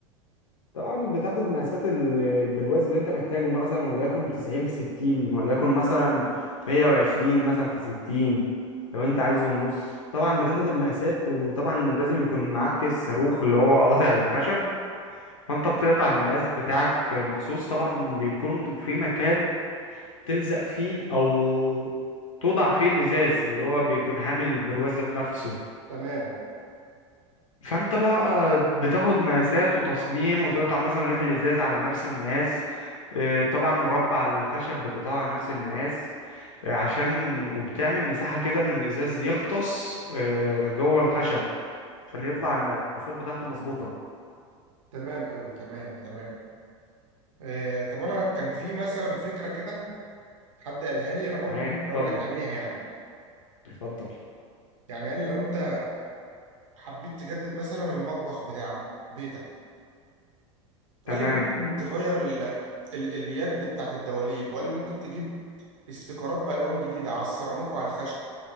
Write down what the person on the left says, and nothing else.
طبعا بتاخد مقاسات ال- البرواز اللي انت محتاجه مثلا وليكن 90 في 60 وليكن مثلا 120 مثلا في 60 لو انت عايزه النص طبعا بتاخد المقاسات وطبعا لازم يكون معاك الصاروخ اللي هو قاطع الخشب فانت بتقطع المقاس بتاعك مخصوص طبعا بيكون في مكان تلزق فيه او توضع فيه الازاز اللي هو بيكون حامل البروزة بنفسه
فانت بقى بتاخد مقاسات وتصميم وتقطع مثلا لوح الازاز على نفس المقاس آه، طبعا مربع الخشب بتقطعه على نفس المقاس آه، عشان وبتعمل مساحة كده ان الازاز يغطس آه، جوه الخشب عشان يطلع المقاسات بتاعته مظبوطة
معاك
اتفضل
اتفضل
تمام